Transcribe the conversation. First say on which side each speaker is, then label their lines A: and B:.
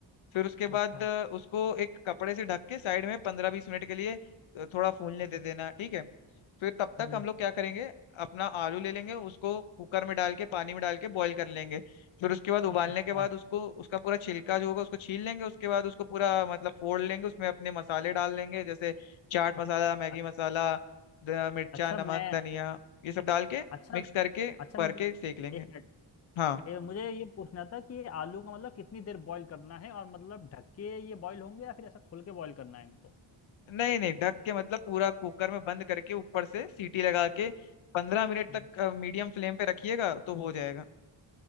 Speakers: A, on the left; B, on the left.
A: फिर उसके बाद
B: अच्छा
A: अ, उसको एक कपड़े से ढक के साइड में पंद्रह बीस मिनट के लिए अ, थोड़ा फूलने
B: हम्म
A: दे देना ठीक है फिर तब तक
B: हम्म,
A: हम लोग क्या करेंगे अपना आलू ले लेंगे उसको कुकर में डाल के पानी में डाल के बॉईल कर लेंगे फिर उसके बाद उबालने
B: अच्छा
A: के बाद उसको उसका पूरा छिलका जो होगा उसको छील लेंगे उसके बाद उसको पूरा मतलब फोड़ लेंगे उसमें अपने मसाले डाल लेंगे जैसे चाट मसाला मैगी
B: अ-
A: मसाला द- मिर्चा
B: अच्छा
A: नमक
B: मैं
A: धनिया ये सब डाल के
B: अच्छा
A: मिक्स करके
B: अच्छा
A: भर
B: मुझे
A: के सेक लेंगे
B: एक मिनट
A: हाँ
B: ए, मुझे ये पूछना था कि ये आलू का मतलब कितनी देर बॉईल करना है और मतलब ढक के ये बॉईल होंगे या फिर ऐसा खोल के बॉईल करना है इनको
A: नहीं नहीं ढक के मतलब पूरा कुकर में बंद करके ऊपर से सीटी लगा के पंद्रह मिनट
B: हम्म।
A: तक मीडियम फ्लेम पे रखिएगा तो हो जाएगा